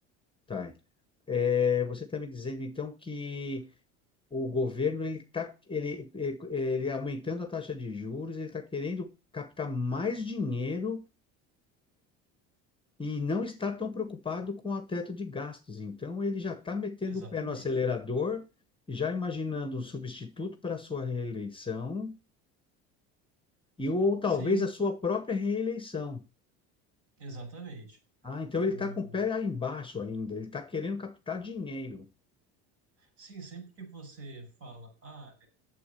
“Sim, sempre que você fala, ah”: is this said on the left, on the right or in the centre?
Right